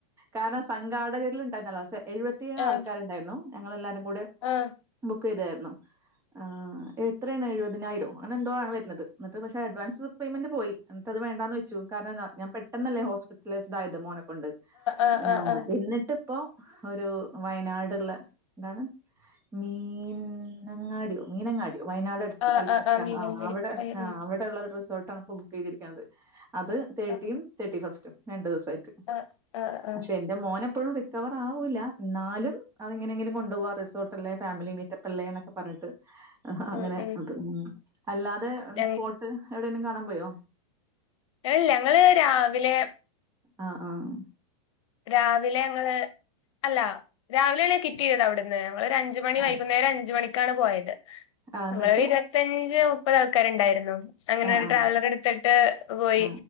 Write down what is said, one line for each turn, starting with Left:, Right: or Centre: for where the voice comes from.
Right: കാരണം
Left: ഉം
Right: സംഘാടകരിൽ <unintelligible> എഴുപത്തി ഏഴ്
Left: ആഹ്
Right: ആൾക്കാരുണ്ടായിരുന്നു ഞങ്ങളെല്ലാരും <unintelligible>
Left: ആഹ്
Right: തെരണം ആ എത്രെണ് എഴുപതിനായിരം തോനെ എന്തോാണ് വരുന്നത് എന്നിട്ട് പക്ഷെ അട്വൻസ് പേമെന്റ് പോയി എന്നിട്ടത് വേണ്ടാന്നു വെച്ചു കാരണംന്താ ഞാൻ പെട്ടെന്നല്ലേ ഹോസ്പിറ്റലൈസ്ഡ ആയത് മോന കൊണ്ട്
Left: ആഹ്
Right: ആ
Left: ആഹ് ആഹ് ആഹ്
Right: എന്നിട്ടിപ്പോ ഒരു വയനാടുള്ള എന്താണ് മീനങ്ങാടിയോ മീനങ്ങാടി വയനാട് അടുത്ത്
Left: ആഹ്
Right: കൽപ്പറ്റ
Left: ആഹ് ആഹ് മീനങ്ങാടി
Right: ആ അവിടെ ആ
Left: ഉം
Right: അവിടെ ഉള്ള ഒരു റിസോർട്ട് തണുപ്പ് ബുക്ക് ചെയ്തിരിക്കുന്നത് അത് തേർട്ടിയും
Left: ഉം ആഹ്
Right: തേർട്ടി ഫസ്റ്റും രണ്ട് ദിവസം
Left: ആഹ് ആഹ് ആഹ്
Right: പക്ഷെ എന്റെ മോന എപ്പോഴും റിക്കവർ ആവൂല്ല എന്നാലും അത്ങ്ങനെങ്കിലും കൊണ്ടു പോവാ റിസോർട്ടല്ലേ ഫാമിലി മീറ്റപ്പല്ലേ എന്നൊക്കെ പറഞ്ഞിട്ട് ആ അങ്ങനെ
Left: ഉം ഉം
Right: അത് അല്ലാതെ
Left: ഞങ്ങ
Right: സ്പോട്ട് ഇന്നും കാണാൻ പോയോ
Left: <unintelligible> ഞങ്ങള് രാവിലെ
Right: ആഹ് ആഹ്
Left: രാവിലെ ഞങ്ങള് അല്ല രാവിലെ കിട്ടിയത് അവിടുന്ന് ഓൾ ഒരു അഞ്ച് മണി
Right: ആ
Left: വൈകുന്നേരം അഞ്ച മണക്ക് ക്കാണ് പോയത്
Right: ആ, എന്നിട്ട്
Left: <unintelligible> ഇരുപത്തഞ്ച് ഇപ്പഴാൾക്കാരുണ്ടായിരുന്നു അങ്ങനെ
Right: ആ
Left: ഒരു
Right: ആ
Left: ട്രാവലറെടുത്തിട്ട് പോയി
Right: ആ